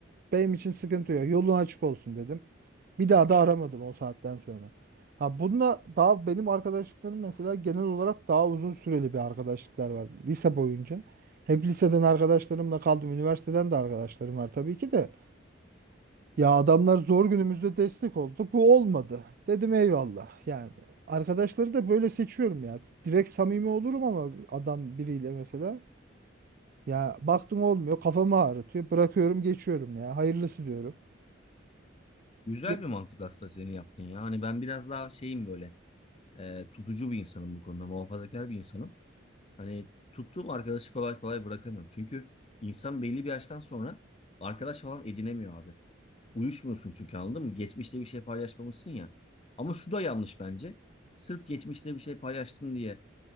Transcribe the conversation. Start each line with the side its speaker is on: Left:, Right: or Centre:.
Right: benim için sıkıntı yok yolun açık olsun dedim. Bir daha da aramadım o saatten sonra. Ha bununla daha benim arkadaşlıklarım mesela genel olarak daha uzun süreli bir arkadaşlıklar var lise boyunca. Hep liseden arkadaşlarımla kaldım üniversiteden de arkadaşlarım var tabii ki de. Ya adamlar zor günümüzde destek oldu. Bu olmadı. Dedim eyvallah. Yani arkadaşları da böyle seçiyorum ya. Direkt samimi olurum ama adam biriyle mesela. Ya baktım olmuyor. Kafamı ağrıtıyor. Bırakıyorum geçiyorum ya. Hayırlısı diyorum.
Left: Güzel
Right: Yok.
Left: bir mantık aslında senin yaptın ya. Hani ben biraz daha şeyim böyle e, tutucu bir insanım bu konuda. Muhafazakar bir insanım. Hani tuttuğum arkadaşı kolay kolay bırakamıyorum. Çünkü insan belli bir yaştan sonra arkadaş falan edinemiyor abi. Uyuşmuyorsun çünkü anladın mı? Geçmişte bir şey paylaşmamışsın ya. Ama şu da yanlış bence. Sırf geçmişte bir şey paylaştın diye